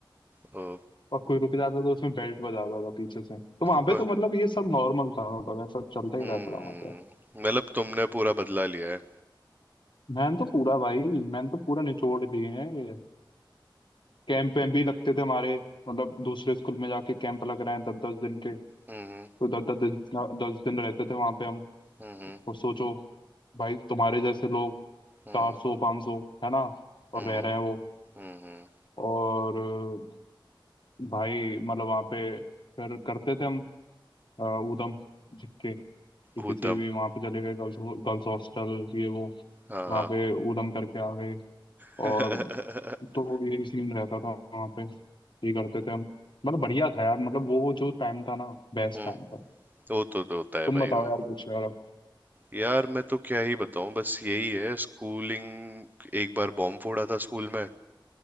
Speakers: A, on the right; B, on the left.
A: ओ
B: और कोई रुक जाता तो उसमें बेल्ट बजाता था पीछे से तो वहां पे
A: ब,
B: तो मतलब ये सब नॉर्मल था मतलब ऐसा चलता ही
A: हम्म
B: रहता था वहां पे
A: मतलब तुमने पूरा बदला लिया है
B: मैंने तो पूरा भाई मैंने तो पूरा निचोड़ लिए हैं ये कैंप वैम्प भी लगते थे हमारे मतलब दूसरे स्कूल में जाके कैंप लग रहे हैं दस दस दिन के
A: हम्म
B: तो दस दस दिन दस दिन रहते थे वहां पे हम
A: हम्म
B: और सोचो भाई तुम्हारे जैसे लोग
A: हम्म
B: चार सौ पाँच सौ है ना और
A: हम्म
B: रह रहे हैं वो
A: हम्म
B: और अ, भाई मतलब वहाँ पे फिर करते थे हम अ, उधम जिसके कि किसी
A: हूतम
B: भी वहाँ पे चले गए गर्ल्स गर्ल्स हॉस्टल ये वो
A: हाँ
B: वहाँ
A: हाँ
B: पे उधम करके आ गए
A: <laughs>
B: और तो यही सीन रहता था वहाँ पे ये करते थे हम मतलब बढ़िया था यार मतलब वो जो टाइम था ना बेस्ट
A: हम्म,
B: टाइम था
A: वो तो तो होता है
B: तुम
A: भाई
B: बताओ
A: वो
B: यार कुछ यार अब
A: यार मैं तो क्या ही बताऊं बस यही है स्कूलिंग एक बार बॉम्ब फोड़ा था स्कूल में